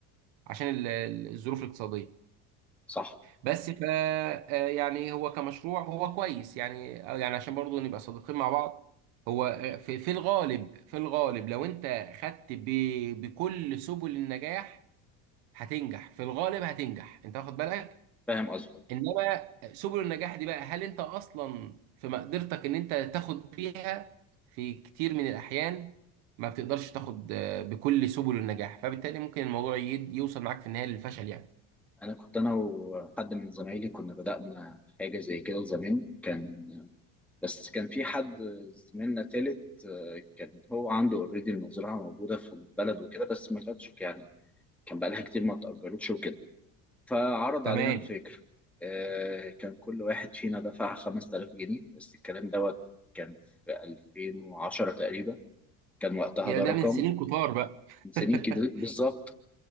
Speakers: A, on the right; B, in the centre.
A: فعشان ال- ال- الظروف الاقتصادية
B: صح
A: بس ف آه، يعني هو كمشروع هو كويس يعني آه، يعني عشان برضو نبقى صادقين مع بعض هو آه، في في الغالب في الغالب لو انت خدت ب... بكل سبل النجاح هتنجح في الغالب هتنجح انت واخد بالك
B: فاهم قصدك
A: انما سبل النجاح دي بقى هل انت اصلا في مقدرتك ان انت تاخد بيها في كتير من الاحيان ما بتقدرش تاخد آه، بكل سبل النجاح فبالتالي ممكن الموضوع يد- يوصل معاك في النهاية للفشل يعني
B: أنا كنت أنا وحد من زمايلي كنا بدأنا حاجة زي كده زمان كان بس كان في حد زميلنا تالت آه، كان هو عنده اوريدي المزرعة موجودة في البلد وكده بس ما كانتش يعني كان بقالها كتير ما اتأجرتش وكده فعرض
A: تمام
B: علينا الفكرة آه، كان كل واحد فينا دفع 5000 جنيه بس الكلام دوت كان في 2010 تقريبا كان وقتها
A: يا
B: ده
A: ده
B: رقم
A: من سنين كتار بقى
B: من سنين
A: <laughs>
B: كتير بالظبط